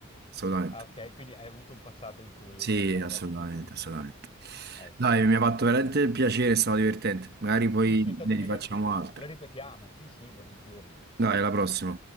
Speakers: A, on the right; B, on the left.
A: Assolutamente.
B: Ah, ok, quindi hai avuto un passato in cui
A: Sì,
B: hai mangiato
A: assolutamente,
B: di tutto.
A: assolutamente.
B: Ecco.
A: Dai, mi ha fatto veramente piacere, è stato divertente. Magari poi
B: Sì, sì, è stato
A: ne rifacciamo
B: divertente.
A: altre.
B: Lo ripetiamo, sì, sì, volentieri.
A: Dai, alla prossima.